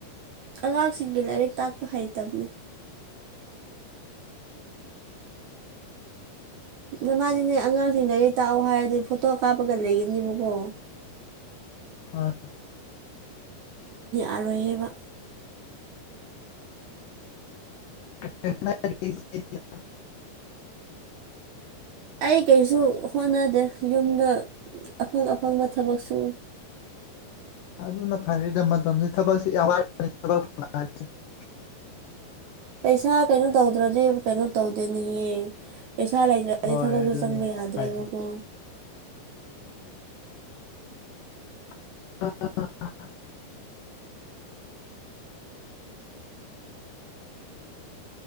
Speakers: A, on the right (about 75°); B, on the left (about 85°).
A: ꯑꯉꯥꯡꯁꯤꯡꯒꯤ ꯂꯥꯏꯔꯤꯛ ꯇꯥꯛꯄ ꯍꯩꯇꯕꯅꯤ ꯅ ꯃꯥꯗꯤꯅꯦ ꯑꯉꯥꯡꯁꯤꯡ ꯂꯥꯏꯔꯤꯛ ꯇꯥꯛꯑꯣ ꯍꯥꯏꯔꯗꯤ ꯐꯣꯇꯣ ꯀꯥꯞꯄꯒ ꯂꯩꯒꯅꯦꯕꯀꯣ
B: ꯑ
A: ꯑꯔꯣꯏꯌꯦꯕ
B: <unintelligible>
A: ꯑꯩ ꯀꯩꯁꯨ ꯍꯣꯠꯅꯗꯦ ꯌꯨꯝꯗ ꯑꯐꯪ ꯑꯐꯪꯕ ꯊꯕꯛ ꯁ
B: ꯑꯗꯨꯅ ꯐꯔꯗ ꯃꯇꯝꯁꯤ ꯊꯕꯛꯁꯤ ꯌꯥꯝꯠꯄꯅꯤ ꯍꯥꯏꯁꯦ <unintelligible>
A: ꯄꯩꯁꯥ ꯀꯩꯅꯣ ꯇꯧꯗ꯭ꯔꯗꯤ ꯀꯩꯅꯣ ꯇꯧꯗꯦꯅꯤꯌꯦ ꯄꯩꯁꯥ ꯂꯩꯇ꯭ꯔꯒꯗꯤ
B: ꯍꯣꯏ
A: ꯊꯕꯛꯁꯨ
B: ꯑꯗꯨꯅꯦ
A: ꯆꯪꯕ ꯌꯥꯗ꯭ꯔꯦꯕꯀꯣ
B: ꯍꯥꯏꯁꯦ ꯑ